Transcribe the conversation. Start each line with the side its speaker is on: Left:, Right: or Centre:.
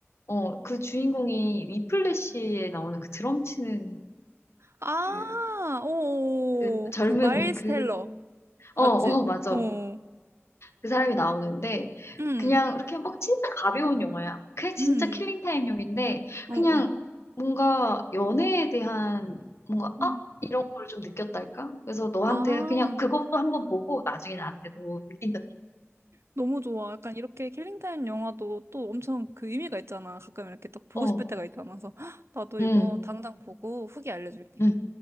Left: 어, 그 주인공이 위플래시에 나오는 그 드럼 치는
Right: 아,
Left: 그,
Right: 오,
Left: 그 젊은
Right: 그, 마일스
Left: 그,
Right: 텔러.
Left: 어,
Right: 맞지?
Left: 어, 맞아.
Right: 어.
Left: 그 사람이 나오는데
Right: 음,
Left: 그냥 이렇게 막 진짜 가벼운 영화야. 그게 진짜
Right: 음,
Left: 킬링타임용인데
Right: 어,
Left: 그냥
Right: 어,
Left: 뭔가 연애에 대한 뭔가
Right: 음.
Left: 아 이런 걸 좀 느꼈달까? 그래서 너한테
Right: 아,
Left: 그냥 그것도 한번 보고 나중에 나한테도 느낀다.
Right: 너무 좋아. 약간 이렇게 킬링타임 영화도 또 엄청 그 의미가 있잖아. 가끔 이렇게 딱 보고
Left: 어,
Right: 싶을 때가 있잖아. 그래서 <gasps> 헉, 나도
Left: 응,
Right: 이거 당장 보고 후기 알려줄게.
Left: 응,